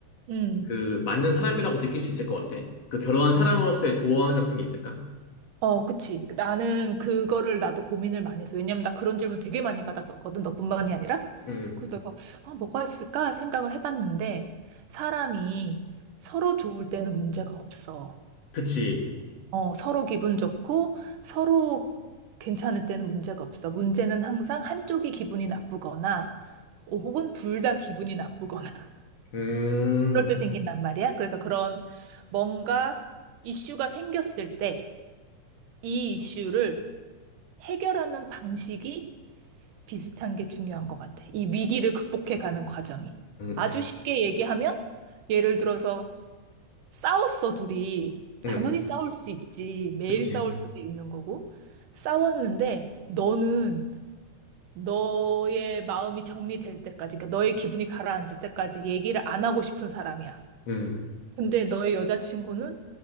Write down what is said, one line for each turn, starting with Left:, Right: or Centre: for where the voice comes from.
Right: 음.
Left: 그 맞는 사람이라고 느낄 수 있을 것 같아? 그 결혼한 사람으로서의 조언 같은 게 있을까?
Right: 어, 그치. 나는 그거를 나도 고민을 많이 했어. 왜냐면 나 그런 질문 되게 많이 받았었거든. 너뿐만이 아니라.
Left: 응, 응.
Right: 그래서 내가, 아, 뭐가 있을까 생각을 해봤는데, 사람이 서로 좋을 때는 문제가 없어.
Left: 그치.
Right: 어, 서로 기분 좋고, 서로 괜찮을 때는 문제가 없어. 문제는 항상 한쪽이 기분이 나쁘거나, 어, 혹은 둘 다 기분이 나쁘거나, <laughs>
Left: 음,
Right: 그럴 때 생긴단 말이야. 그래서 그런 뭔가 이슈가 생겼을 때, 이 이슈를 해결하는 방식이 비슷한 게 중요한 것 같아. 이 위기를 극복해 가는 과정이.
Left: 음,
Right: 아주 쉽게 얘기하면, 예를 들어서 싸웠어, 둘이.
Left: 음,
Right: 당연히 싸울 수 있지. 매일
Left: 그치.
Right: 싸울 수도 있는 거고. 싸웠는데, 너는 너의 마음이 정리될 때까지, 그러니까 너의 기분이 가라앉을 때까지 얘기를 안 하고 싶은 사람이야.
Left: 음,
Right: 근데 너의 여자친구는